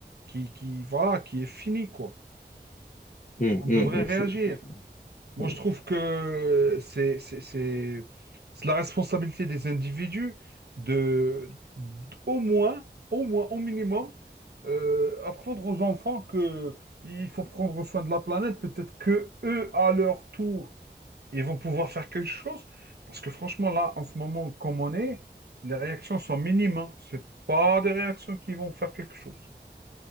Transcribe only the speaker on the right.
qui, qui, voilà, qui est finie, quoi. On
devrait
réagir.
Moi,
je trouve que c'est c'est- c'est- c'est la responsabilité des individus de, d- au moins, au moins, au minimum, euh, apprendre aux enfants que il faut prendre soin de la planète. Peut-être que eux, à leur tour, ils vont pouvoir faire quelque chose. Parce que franchement, là, en ce moment, comme on est, les réactions sont minimes. hein. C'est pas des réactions qui vont faire quelque chose.